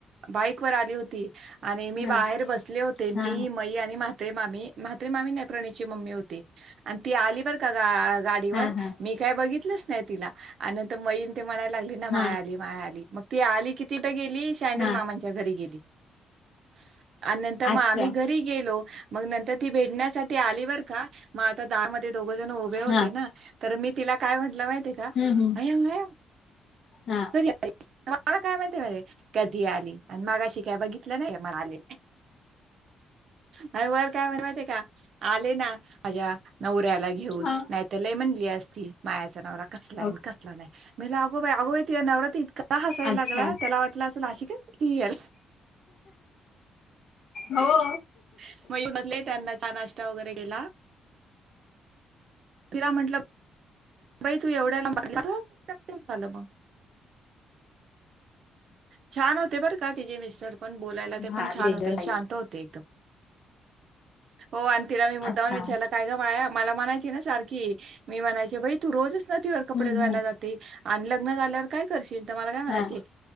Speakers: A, on the right; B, on the left.
A: बाईक वर आली होती आणि मी
B: हा
A: बाहेर बसले होते मी
B: हा
A: माई आणि मा. ते मामी म्हात्रे मामी नाही प्रणीत ची मम्मी होती आणि ती आली बर का गा. गाडीवर
B: हा हा हा
A: मी. बघितलंच नाही तिला आण मग नंतर माई. लागली ना, माया
B: हा
A: आली माया आली मग. ती आली किती. गेली शायनर
B: हा
A: मामांच्या घरी गेली. <unintelligible> आणि नंतर मग
B: अच्छा
A: आम्ही घरी गेलो. मग नंतर. ती भेटण्यासाठी आली बरका. म आता दहामत. ते दोघ जण उभे होते
B: हा
A: ना तर मी तिला. काय म्हंटलं माहिती आहे का?
B: हम्म हम्म
A: <unintelligible>
B: हा
A: कधी आली? आता मला काय माहिती नाही कधी आली आणि मघाशी काय बघितलं नाही? म आले आणि वर काय म्हणते माहितीये का? आले ना माझ्या नवऱ्याला घेऊन,
B: हा
A: नाहीतर लई म्हणली असतीस ती माया चा नवरा कसला आहे
B: ओके
A: नि कसला नाही. म्हटलं अग बाई, अगं तिचा नवरा इतका हसायला
B: अच्छा
A: लागला. त्याला वाटलं असल अशी काय तीए
B: हो
A: <unintelligible> त्यांना चहा नाश्ता वगैरे दिला. तिला म्हंटलं, बाई तू एवढ्याला लांब- का झालं मग छान होत ते बर का, तिचे मिस्टर पण बोलायला ते
B: फार
A: पण छान
B: डेंजर
A: होते आणि
B: बाई
A: शांत होते एकदम. हो आणि तिला मी मुद्दाम
B: अच्छा
A: विचारल काय ग माया, मला म्हणायची ना सारखी मी म्हणायचे बाई तू रोजच नदीवर कपडे
B: हम्म
A: धुवायला
B: हम्म
A: जाते आणि लग्न झाल्यावर काय करशील? त मला काय म्हणायची?
B: हा